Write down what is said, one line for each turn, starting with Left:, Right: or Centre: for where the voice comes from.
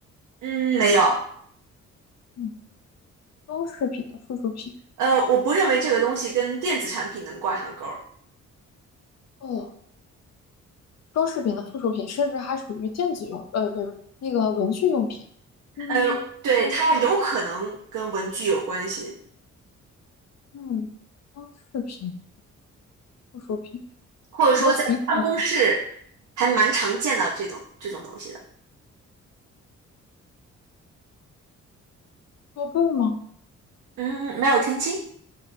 Right: 嗯，没有，
Left: 嗯，装饰品的附属品。
Right: 呃，我不认为这个东西跟电子产品能挂上钩儿。
Left: 哦，装饰品的附属品，甚至还属于电子用，呃，不是那个文具用品。嗯，
Right: 呃，对，
Left: 都是，
Right: 它有可能跟文具有关系，
Left: 嗯，装饰品、附属品，
Right: 或者说在办公室
Left: 难道是笔筒吗？
Right: 还蛮常见到这种这种东西的。
Left: 桌布吗？
Right: 嗯，没有听清。